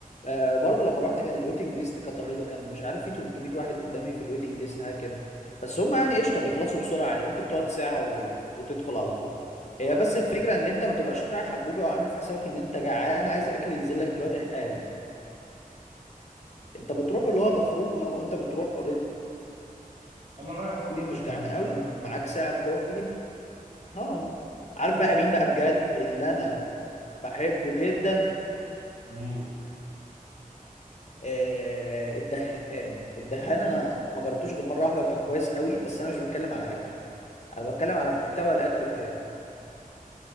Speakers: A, on the left; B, on the right.
A: آه، وبرضه لما رحت كان الويتنج ليست كانت رهيبه كان مش عارف في 300 واحد قدامي في الويتنج ليست حاجه كده بس هم يعني قشطه بيخلصوا بسرعه يعني ممكن تقعد ساعه و... وتدخل على طول هي بس الفكره ان انت ما تبقاش رايح حجوجه وعامل في حسابك ان انت جعان عايز اكل ينزل لك دلوقتي حالا انت بتروح اللي هو ده خروجه وانت بتروح اوريدي
B: انا رايح اتقطع
A: مش جعان
B: هناك
A: قوي
B: عندك
A: معاك
B: حق
A: ساعه جوه فيه اه عارف بقى مين بقى بجد اللي انا بحبه جدا
B: مين
A: آه، الدهان الدهان انا ما جربتوش غير مره واحده وكان كويس قوي بس انا مش بتكلم على اكل انا بتكلم على محتوى الاكل بتاعه